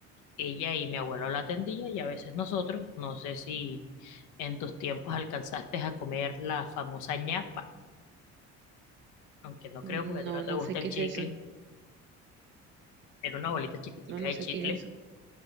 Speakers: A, on the left (about 85°); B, on the right (about 40°).
A: ella y mi abuelo la atendía y a veces nosotros, no sé si en tus tiempos alcanzaste a comer la famosa ñapa, aunque no
B: no,
A: creo porque a ti no te
B: no
A: gusta
B: sé qué
A: el chicle.
B: es eso,
A: Era una bolita chiquitica
B: no, no
A: de
B: sé
A: chicle.
B: qué es eso.